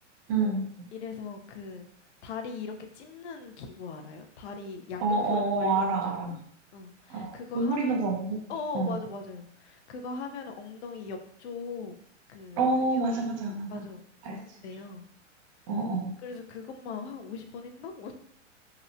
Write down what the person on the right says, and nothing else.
응.
어, 어,
어, 알아,
알아,
알아.
오므리면서
엉덩이,
어.
어,
맞아, 맞아, 맞아.
알지.
어, 어.